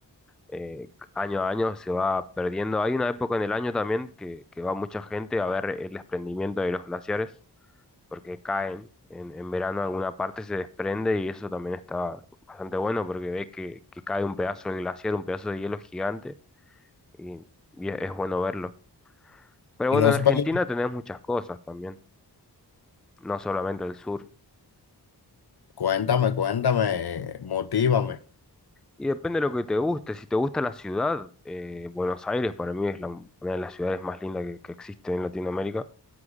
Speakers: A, in the centre; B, on the left.
A: eh, año a año se va perdiendo. Hay una época en el año también que, que va mucha gente a ver el desprendimiento de los glaciares. porque caen en, en verano alguna parte se desprende y eso también está bastante bueno porque ves que, que cae un pedazo de glaciar, un pedazo de hielo gigante y, y es, es bueno verlo. Pero bueno,
B: Y no
A: en
B: es
A: Argentina
B: peli-
A: tenés muchas cosas también, no solamente el sur.
B: Cuéntame, cuéntame, motívame.
A: Y depende de lo que te guste. Si te gusta la ciudad, eh, Buenos Aires para mí es la- una de las ciudades más lindas que, que existe en Latinoamérica.